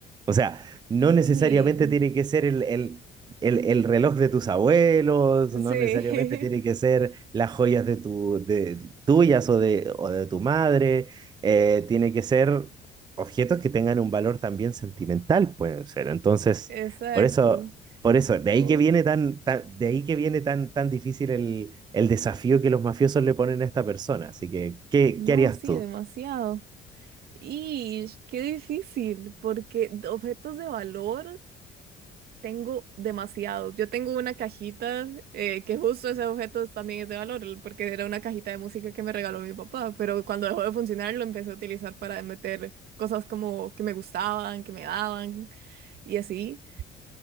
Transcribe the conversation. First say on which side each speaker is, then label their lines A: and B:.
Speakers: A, on the right; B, on the right.
A: O sea, no necesariamente
B: Sí,
A: tiene que ser el, el, el, el reloj de tus abuelos, no
B: sí,
A: necesariamente tiene que ser las joyas de tu, de, tuyas o de, o de tu madre, eh, tiene que ser objetos que tengan un valor también sentimental, pueden ser. Entonces,
B: <laughs> exacto.
A: por eso Por eso, de
B: Ok.
A: ahí que viene tan, tan- de ahí que viene tan, tan difícil el, el desafío que los mafiosos le ponen a esta persona. Así que, ¿qué,
B: No,
A: qué harías
B: sí,
A: tú?
B: demasiado. Y qué difícil, porque objetos de valor. Tengo demasiados. Yo tengo una cajita eh, que justo ese objeto también es de valor, el- porque era una cajita de música que me regaló mi papá, pero cuando dejó de funcionar lo empecé a utilizar para meter cosas como que me gustaban, que me daban y así.